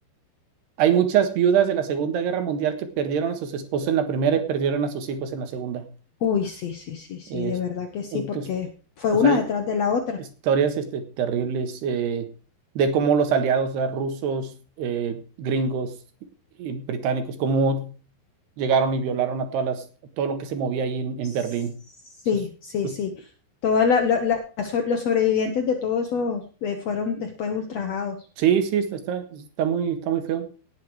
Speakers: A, on the right (about 75°); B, on the left (about 80°).
A: hay muchas viudas de la Segunda Guerra Mundial que perdieron a sus esposos en la primera y perdieron a sus hijos en la segunda.
B: Uy, sí, sí, sí, sí,
A: Eh,
B: de verdad que sí,
A: entonces,
B: porque fue
A: o
B: una
A: sea, hay
B: detrás de la otra.
A: historias este, terribles eh, de cómo los aliados, o sea, rusos, eh, gringos y británicos, como llegaron y violaron a todas las, todo lo que se movía ahí en, en
B: Sí,
A: Berlín. Entonces,
B: sí,
A: pues,
B: sí. Todas la- la- la- so- los sobrevivientes de todos esos eh, fueron después ultrajados.
A: sí, sí, está, está, está muy, está muy feo.